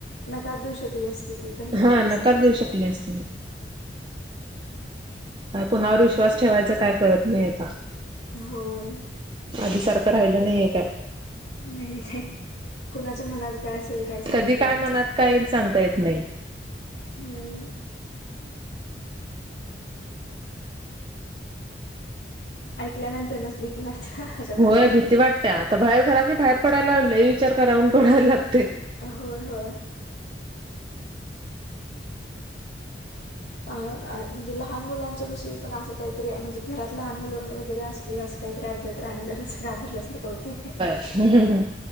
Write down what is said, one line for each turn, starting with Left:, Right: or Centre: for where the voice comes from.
Left: नकार देऊ शकली असती ती पहिल्यांदाच
Right: हा नकार देऊ शकली असते कुणावर विश्वास ठेवायचा काय कळत नाही आता
Left: होय
Right: आधी सारखं राहिलं नाहीये का
Left: नाही नाही कुणाच्या मनात काय असेल काय सांगता
Right: कधी काय
Left: येत
Right: मनात
Left: नाही
Right: काय येईल सांगता येत नाही
Left: हम् ऐकल्यानंतर नच भीती वाटते
Right: होय
Left: गोष्टी
Right: भीती वाटते्या आता बाहेर घराची बाहेर पडाय लाग विचार कराऊून पडायला लाग ते
Left: होय होय म्हणजे लहान मुलांच्या विषयी पण असं काहीतरी म्हणजे घरात लहान मुलं वगैरे असली अस काहीतरी ऐकलं तर राणी जराच घाबरल्यासारखं होत
Right: ह